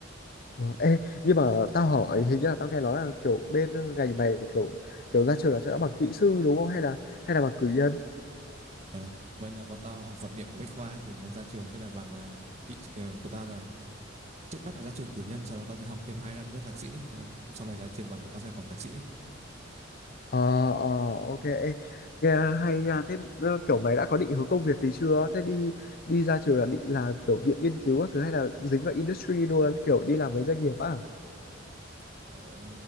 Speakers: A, on the left; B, on the right.
A: Ờ, ê, nhưng mà tao hỏi hình như là tao nghe nói là kiểu bên ngành mày kiểu kiểu ra trường là sẽ đã bằng kỹ sư đúng không hay là hay là bằng cử nhân
B: Ờ, bên à, bọn tao học vật liệu của Bách Khoa ấy, thì nó ra trường sẽ là bằng à, kỹ ờ, của tao là trước mắt là ra trường cử nhân sau đó tao sẽ học thêm 2 năm nữa thạc sĩ nên sau này ra trường bằng của tao sẽ bằng thạc sĩ
A: ờ ờ ok ê, nghe hay nha thế ờ, kiểu mày đã có định hướng công việc gì chưa thế đi đi ra trường là định làm kiểu viện nghiên cứu các thứ hay là dính vào industry luôn kiểu đi làm mấy doanh nghiệp á
B: ờ,